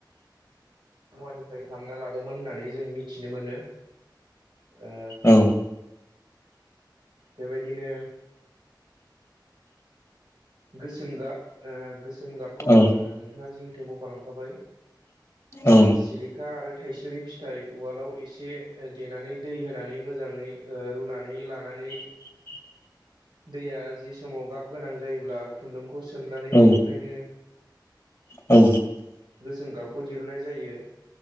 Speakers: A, on the right; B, on the left.
A: मुवानिफ्राय खालामना लादोंमोन होननानै जों मिथिनो मोनो ओ
B: औ
A: बेबायदिनो गोसोम गाब ओ गोसोम गाब खौ
B: औ
A: नोंथाङा जिहेथु मख'लांखाबाय।
B: औ
A: ओ सिलिखा आरो थाइसुरि फिथाइ उवालाव एसे देनानै दै होनानै मोजाङै ओ रुनानै लानानै
B: <inaudible>
A: दैया जि समाव गाब गोनां जायोब्ला खुन्दुंखौ सोमनानै
B: औ
A: बिनिफ्रायनो
B: औ
A: गोसोम गाबखौ दिहुननाय जायो।